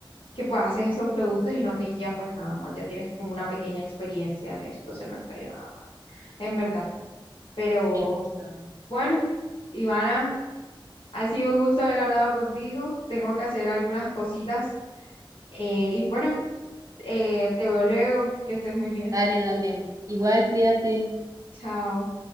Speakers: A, on the left (about 80°); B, on the right (about 40°).
A: que pues haces esos productos y no te iría pues nada más, ya tienes como una pequeña experiencia en eso, entonces no estaría nada, mal, en verdad. Pero
B: Sí, justo.
A: bueno, Ivana. Ha sido un gusto haber hablado contigo. Tengo que hacer algunas cositas. eh, y bueno, eh, te veo luego. Que estés muy bien.
B: Dale, dale. Igual, cuídate.
A: Chao.